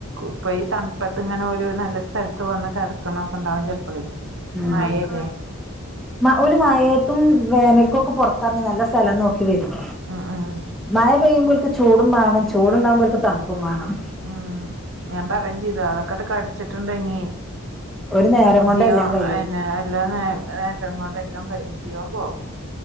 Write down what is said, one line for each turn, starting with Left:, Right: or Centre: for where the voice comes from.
Right: ഇപ്പൊ ഈ തണുപത്ത് ഇങ്ങനെ പോല നല്ല സ്ഥലത്ത് വന്ന് കടക്കണൊക്കെ ഉണ്ടാകും ചെലപ്പോ അപളോ
Centre: ഉം
Right: മഴല്ലേ
Centre: ഓല് മഴയത്തും വേനൽക്കുംഒക്കെ പുറത്തിറങ്ങി നല്ല സ്ഥലം നോക്കി വരും
Right: ഉം ഉം
Centre: മഴ പെയ്യുമ്പോേൽക്ക് ചൂടും വേണം ചൂടുണ്ടാവകുമ്പോഒൽക് തണുപ്പും മാണം
Right: ഉം ഞാൻ പറയയും ചെയ്തു അതൊക്കെങ്ങട്ട് കടിച്ചിട്ടുണ്ടെങ്ങി.
Centre: ഒരു നേരം കൊണ്ട്
Right: ജീവംന്നെ
Centre: എല്ലാം കഴിയും
Right: എല്ലാം നോരം കൊണ്ട് എല്ലാം കഴിയും ജീവം പോകും.